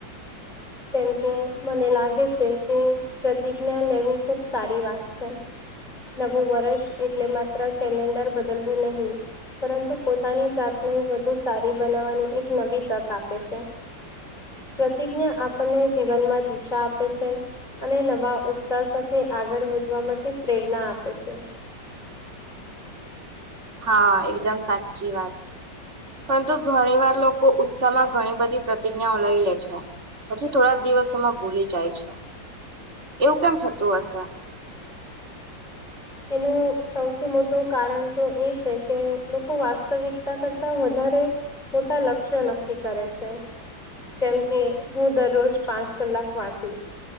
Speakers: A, on the left; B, on the right.
A: કેમ કે મને લાગે છે કે પ્રતિજ્ઞા લેવી ખુબ સારી વાત છે. નવું વર્ષ એટલે માત્ર કેલેન્ડર બદલવું નહી. પરંતુ પોતાની જાતને વધુ સારી બનાવવાની એક નવી તક આપે છે. પ્રતિજ્ઞા આપણને જીવનમાં દિશા આપે છે. અને નવા ઉત્સાહ સાથે આગળ વધવા માટે પ્રેરણા આપે છે.
B: હા એકદમ સાચી વાત પરંતુ ઘણી વાર લોકો ઉત્સાહ માં ઘણી બધી પ્રતિજ્ઞાઓ લઈ લે છે. પછી થોડા દિવસોમાં ભૂલી જાય છે, એવું કેમ થતું હશે.
A: એનું સૌથી મોટું કારણ તો એ છે કે લોકો વાસ્તવિકતા કરતા વધારે મોટા લક્ષ્ય નક્કી કરે છે. કેમ કે હું દરરોજ પાંચ કલાક વાંચીશ.